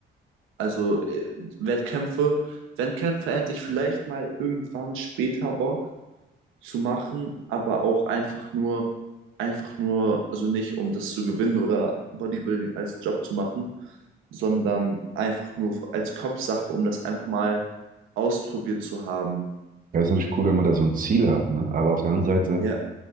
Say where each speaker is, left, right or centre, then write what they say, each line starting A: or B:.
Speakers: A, on the right; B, on the right.
A: Also äh, Wettkämpfe, Wettkämpfe hätte ich vielleicht mal irgendwann später Bock, zu machen, aber auch einfach nur, einfach nur, also nicht um das zu gewinnen oder Bodybuilding als Job zu machen, sondern einfach nur als Kopfsache, um das einfach mal ausprobiert zu haben.
B: Ja, ist natürlich cool, wenn man da so ein Ziel hat, ne? Aber auf der anderen Seite,
A: Ja,